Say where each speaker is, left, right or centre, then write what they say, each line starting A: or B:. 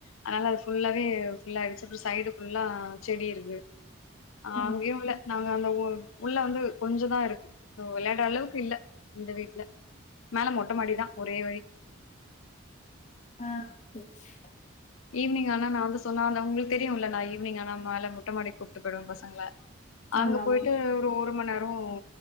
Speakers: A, on the left; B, on the left.
A: அதனால அது ஃபுல்லாவே ஃபுல்லாயிச்சு அப்புறம் சைடு ஃபுல்லா செடி இருக்கு அஹ்
B: ம்.
A: அங்கேயும் இல்ல நாங்க அந்த ஊ உள்ள வந்து கொஞ்ச தான் இருக்கு வெளையாட அளவுக்கு இல்ல இந்த வீட்டுல மேல மொட்ட மாடிதான் ஒரே வழி
B: ஆஹ் சரி சரி
A: ஈவினிங் ஆனா நா வந்து சொன்னால்ல உங்களுக்கு தெரியும் இல்ல நான் ஈவினிங் ஆனா மேல மொட்டமாடிக் கூப்பிட்டு போயிடுவேன் பசங்கள அங்க
B: ஆமாமா.
A: போயிட்டு ஒரு ஒரு மணி நேர ப்புறோ